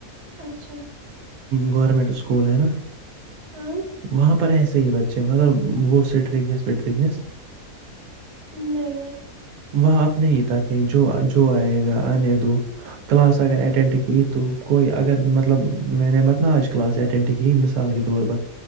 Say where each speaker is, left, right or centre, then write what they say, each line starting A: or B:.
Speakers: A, on the right; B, on the right.
A: اچھا
B: گورمنٹ سکول ہے نا
A: ہاں
B: وہاں پر ایسے ہی بچے مطلب وہ سٹرنیس وٹرنیس
A: نہیں ہے
B: وہاں اپنے ہی تک ہے جو جو آئے گا آنے دو کلاس اگر اٹینڈ کی تو کوئی اگر مطلب میں نے مت ن آج کلاس اٹینڈ کی مثال کے طور پر